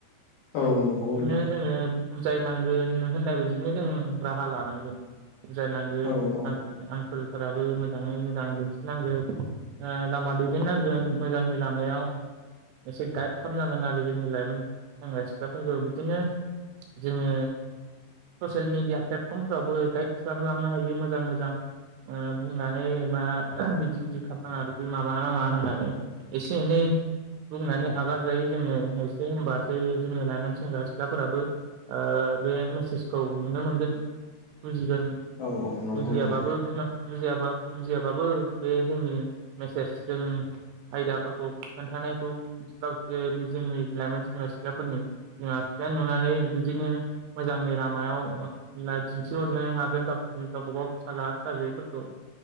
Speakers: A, on the left; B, on the right.
A: औ नंगौ
B: बिदिनो
A: नोंथां।
B: जोङो बुजायनांगोन नों होननाय बायदिनो जों राहा लानांगोन। बुजायनांगोन
A: औ औ
B: आनसलफोराबो मोजाङै मोजां दिन्थिनांगोन। लामा दैदेननांगोन मोजांनि लामायाव एसे गाइद खालामनांगोन आरो जोंनि लाइमोन सेंग्रा सिख्लाफोरखौ बिदिनो जोङो ससियेल मेडिया प्लेटफर्मफ्रावबो गाइद खालामलांनो हायो। मोजां मोजां मोजां ओ बुंनानै मा बिदि बिदि खालामनाङा बिदि माबानाङा होननानै एसे एनै बुंनानै आगार जायो जोङो एसे होनबासो जोंनि लाइमोन सेंग्रा सिख्लाफोराबो बे मेसेजखौ नुनो मोनगोन। फुजिगोन।
A: औ औ नंगौ
B: बुजियाबाबो
A: नोंथां
B: बिमा बुजियाबा बुजियाबाबो बे जोंनि मेसेज जों आयदाफोरखौ खोन्थानायखौ गावसोर बे जोंनि लाइमोन सेंग्रा सिख्लाफोरनि बिमा बिफाया नुनानै बिदिनो मोजांनि लामायाव लायक दिन्थिहरनो हागोन गावसोरनि गावबा गाव फिसाला फिसाजो फोरखौ।